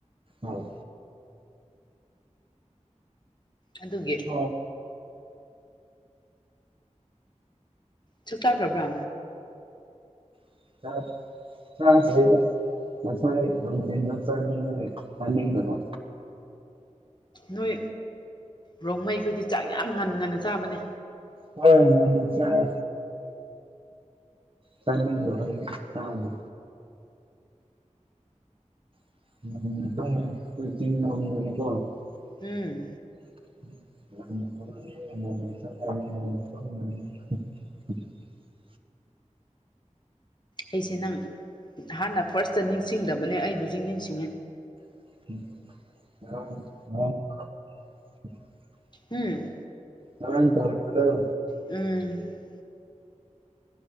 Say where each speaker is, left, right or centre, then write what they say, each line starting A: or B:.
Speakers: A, on the right; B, on the left.
A: ꯑꯧ
B: ꯑꯗꯨꯒꯤ
A: ꯑꯣ
B: ꯆꯛꯆꯥꯒꯕ꯭ꯔꯥ
A: <unintelligible> ꯆꯥꯗ꯭ꯔꯤꯗ ꯉꯁꯥꯢ ꯅꯨꯡꯊꯤꯟꯗꯣ ꯆꯅꯤꯡꯕꯒꯤ ꯆꯥꯅꯤꯡꯗꯕ
B: ꯅꯣꯏ ꯔꯣꯡꯃꯩꯈꯣꯏꯗꯤ ꯆꯥꯛ ꯌꯥꯝ ꯉꯟ ꯉꯟꯅ ꯆꯥꯕꯅꯦ
A: ꯍꯣꯢ ꯉꯟ ꯆꯥꯢ ꯆꯅꯤꯡꯗꯕꯩ ꯆꯥꯗꯦ <unintelligible> <unintelligible>
B: ꯎꯝ
A: <inaudible>
B: ꯑꯩꯁꯦ ꯅꯪ ꯍꯥꯟꯅ ꯐꯥꯔ꯭ꯁꯇ ꯅꯤꯡꯁꯤꯡꯗꯕꯅꯦ ꯑꯩ ꯍꯧꯖꯤꯛ ꯅꯤꯡꯁꯤꯡꯉꯦ
A: <unintelligible>
B: ꯎꯝ
A: ꯉꯔꯥꯡ ꯇꯧꯍꯟꯕꯗꯣ
B: ꯎꯝ